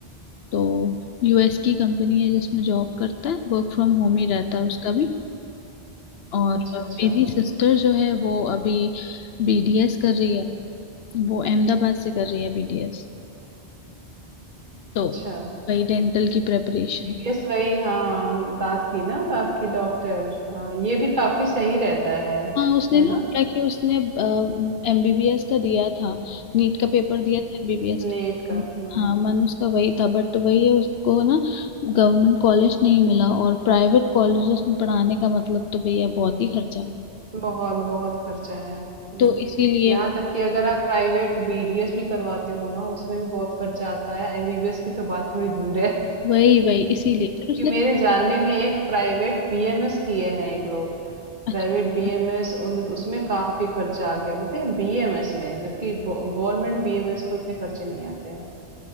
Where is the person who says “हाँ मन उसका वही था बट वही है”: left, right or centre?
Left